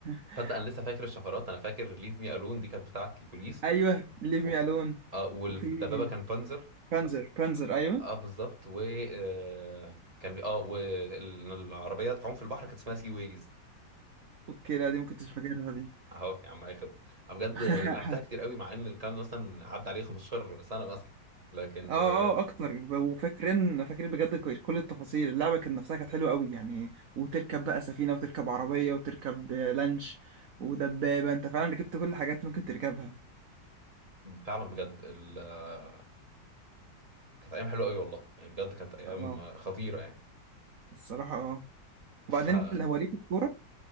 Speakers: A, on the right (about 55°); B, on the right (about 20°).
A: <laughs>
B: تصدق انا لسه فاكر الشفرات انا فاكر ليف مي الون دي كانت بتاعه البوليس
A: ايوه ليف
B: و...
A: مي الون
B: اه والدبابه
A: وفي
B: كان بانزر
A: <laughs> بانزر بانزر ايوه
B: اه بالظبط و آه، كان بي- اه والعربيه تعوم في البحر كانت اسمها سي ويز
A: اوكي لا دي ممكن كنتش فاكرها دي
B: اهو يا عم اي خدمه انا بجد
A: <laughs>
B: لعبتها كتير قوي مع ان الكلام ده مثلا عدى عليه 15 سنه مثلا لكن
A: اه
B: آه،
A: اه اكتر ب- وفاكرين فاكرين بجد ك- كل التفاصيل اللعبه كانت نفسها كانت حلوه قوي يعني وتركب بقى سفينه وتركب عربيه وتركب آه، لانش ودبابه انت فعلا ركبت كل الحاجات ممكن تركبها
B: فعلا بجد ال- آه، كانت ايام حلوه قوي والله يعني بجد كانت ايام
A: اه
B: آه، خطيره يعني
A: الصراحه اه وبعدين
B: فانا
A: اللي هو ليه في الكوره